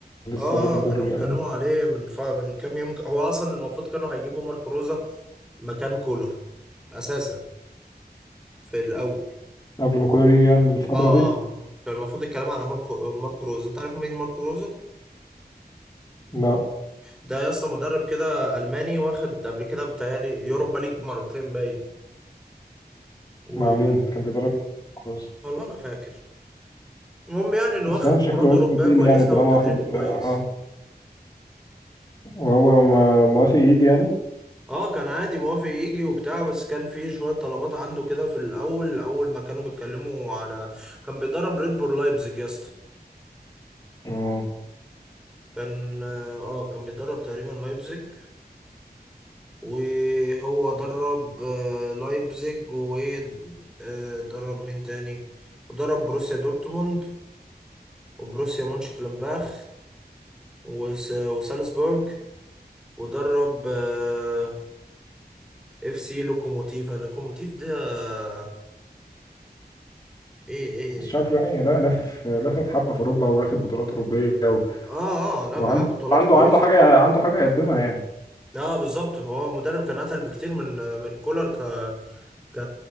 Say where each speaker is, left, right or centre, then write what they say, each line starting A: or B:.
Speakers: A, on the left; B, in the centre.
A: لسه
B: اه
A: برضه
B: كانوا
A: ال...
B: بيتكلموا عليه من ف... من كام يوم هو اصلا المفروض كانوا هيجيبوا ماركو روزا مكان كولر اساسا في الاول
A: قبل ما كولر يجي يعني الفترة
B: اه اه
A: دي
B: آه، آه. كان المفروض الكلام على ماركو ماركو روزا انت عارف مين ماركو روزا
A: لا
B: ده يا اسطى مدرب كده الماني واخد قبل كده بتهيألي يوروبا ليج مرتين باين و...
A: مع مين كان بيدرب كروس
B: والله ما فاكر المهم يعني انه
A: بس
B: واخد
A: يعني
B: بطولات
A: شكله
B: اوروبيه
A: اسمه تقيل
B: كويسه
A: يعني طالما
B: وتدريب
A: واخد
B: كويس
A: اه وهو ما- موافق يجي يعني
B: اه كان عادي موافق يجي وبتاع بس كان في شوية طلبات عنده كده في الأول أول ما كانوا بيتكلموا على كان بيدرب ريد بول لايبزيج يا اسطى
A: اه
B: كان اه آه، كان بيدرب تقريبا لايبزيج وهو درب آه، لايبزيج ودرب مين تاني ودرب بروسيا دورتموند وبروسيا مونشنجلادباخ وس- وسالزبورج ودرب آه، اف سي لوكوموتيف لوكوموتيف ده آه، ايه ايه
A: بس شكله يعني لا لافف لافف حبة في أوروبا واخد بطولات أوروبية و...
B: اه اه لا
A: وعنده
B: معاه بطولات
A: عنده
B: كويسة
A: عنده حاجة عنده حاجة يقدمها يعني
B: اه بالظبط هو مدرب كان اتقل بكتير من من كولر ك ك